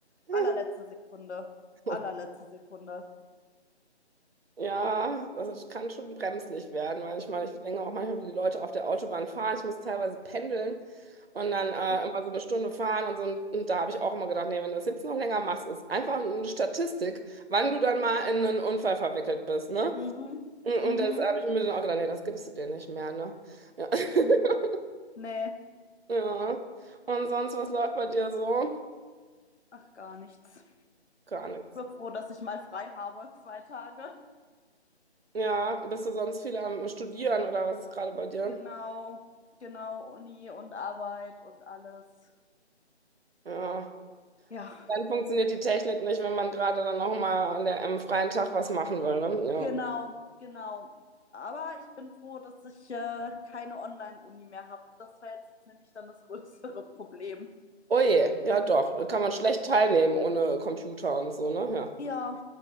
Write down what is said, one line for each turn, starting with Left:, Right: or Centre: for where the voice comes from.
Right: <laughs>
Left: allerletzte Sekunde. Allerletzte
Right: Oh
Left: Sekunde.
Right: Ja, das kann schon bremslich werden manchmal. Ich denke auch manchmal, wie die Leute auf der Autobahn fahren. Ich muss teilweise pendeln und dann äh,
Left: Äh,
Right: immer so eine Stunde fahren und so. Und da habe ich auch immer gedacht, nee, wenn du das jetzt noch länger machst, ist einfach eine Statistik, wann du dann mal in einen Unfall verwickelt bist, ne?
Left: Mhm,
Right: Und, und
Left: mhm.
Right: das habe ich mir dann auch gedacht, nee, das gibst du dir nicht mehr, ne? Ja. <laughs>
Left: Nee, nee.
Right: Ja. Und sonst, was läuft bei dir so?
Left: ach, gar nichts.
Right: Gar nichts.
Left: bin froh, dass ich mal frei habe, zwei Tage.
Right: Ja, bist du sonst viel am Studieren oder was ist gerade bei dir?
Left: Genau, genau, Uni und Arbeit und alles.
Right: Ja.
Left: Ja,
Right: Dann funktioniert die Technik nicht, wenn man gerade dann nochmal an der, am freien Tag was machen will, ne? Ja.
Left: genau, genau. Aber ich bin froh, dass ich äh, keine Online-Uni mehr habe. Das wäre jetzt nämlich dann das größere <laughs> Problem.
Right: Oh je, ja doch, kann man schlecht teilnehmen ohne Computer und so, ne? Ja.
Left: Ja,